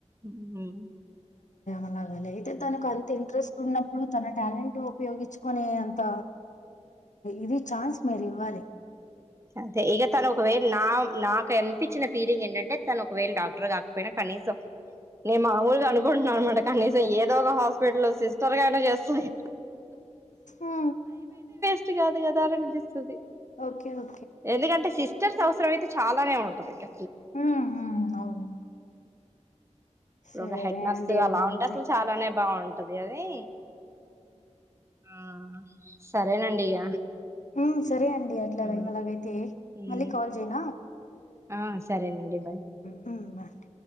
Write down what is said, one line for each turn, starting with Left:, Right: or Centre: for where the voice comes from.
Right: ఉమ్
Left: అలాఅలాగే తేతు తనకు అంత ఇంట్రెస్ట్ ఉన్న ఇప్పుడు తన టాలెంట్ ఉపయోగించుకునే అంత ఇది ఛాన్స్ మీరు ఇవ్వాలి
Right: అంతే ఇగ తను ఒకవేళ నా నాకు అనిపించిన ఫీలింగ్ ఏంటంటే తను ఒకవేళ డాక్ ఇప్పుడు గాక పోయినా కనీసం నేను మామూలుగా అనుకుంటున్నాను మడక్ కనీసం ఏదో ఒక హాస్పిటల్లో సిస్టర్ గా అయినా చేస్తంది
Left: ఆ
Right: రిచ్ కాదు కదా అని అనిపిస్తుంది
Left: ఓకే ఓ
Right: ఎందుకంటే శిశు సిస్టర్స్ అవసరం అయితే చాలనే ఉంటది ఇగ
Left: హ అవును
Right: ఇప్పుడు
Left: సరే
Right: ఒక హెడ్ నర్స్
Left: అండి
Right: అలా
Left: అలాగైతే
Right: ఉంటే అసలు చాలానే బాగుంటంది ది అది ఆ సరేనండి ఇగ
Left: హ సరే అండి అట్లా
Right: ఆ
Left: అలాగైతే
Right: ఉమ్
Left: మళ్ళీ కాల్ చెయ్యనా
Right: ఆ సరేనండి బాయ్
Left: ఉ <unintelligible>